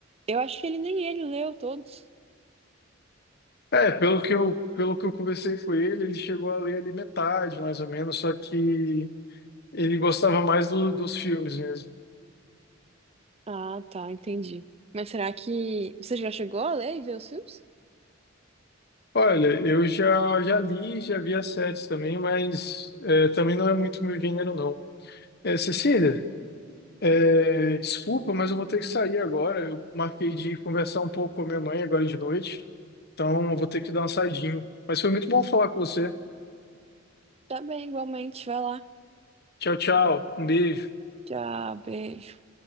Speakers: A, on the right (about 30°); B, on the left (about 55°).
A: Eu acho que ele nem ele leu todos.
B: É, pelo que eu, pelo que eu conversei com ele, ele chegou a ler ali metade, mais ou menos, só que ele gostava mais do- dos filmes mesmo.
A: Ah, tá, entendi. Mas será que você já chegou a ler e ver os filmes?
B: Olha, eu já, já li, já vi as séries também, mas é, também não é muito meu gênero, não. É, Cecília, É, desculpa, mas eu vou ter que sair agora. Eu marquei de conversar um pouco com a minha mãe agora de noite. Então, eu vou ter que dar uma saidinha. Mas foi muito bom falar com você.
A: Tá bem, igualmente, vai lá.
B: Tchau, tchau. Um beijo.
A: Tchau, beijo.